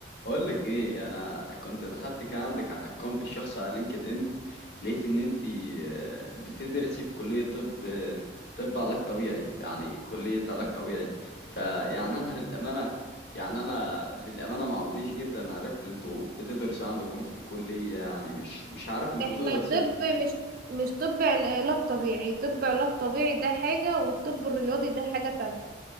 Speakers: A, on the left; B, on the right.
A: بقول لك ايه انا كنت دخلت كده عندك على الاكونت الشخصي على لينكد ان لقيت ان انت آه، بتدرسي في كلية طب آه، طب علاج طبيعي يعني كلية علاج طبيعي فيعني انا للامانة يعني انا للامانة معمريش جدا عرفت انتوا بتدرسوا عندكم في الكلية يعني مش مش عارف انتوا
B: احنا
A: بتدرسوا
B: طب
A: ايه
B: مش مش طب عل- علاج طبيعي طب علاج طبيعي ده حاجة والطب الرياضي ده حاجة تانية